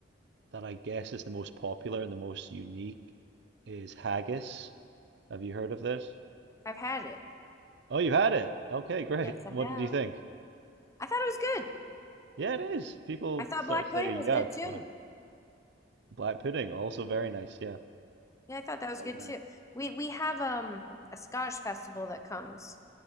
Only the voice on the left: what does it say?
I've had it.
Yes,
I have.
I thought it was good.
I thought
black
pudding
was good too.
Yeah, I thought that was
good
too. We we have um a Scottish festival that comes